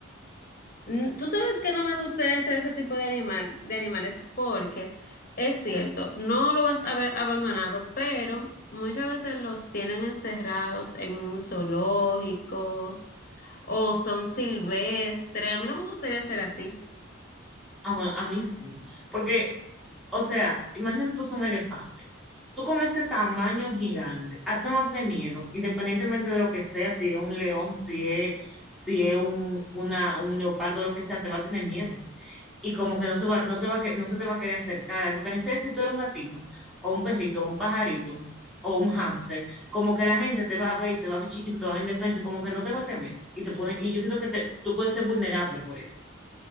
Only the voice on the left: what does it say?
Mm, Tú sabes que no me gustaría ser ese tipo de animal, de animales, porque es cierto, no lo vas a ver abandonado, pero muchas veces los tienen encerrados en zoológicos o son silvestres. A mí no me gustaría ser así.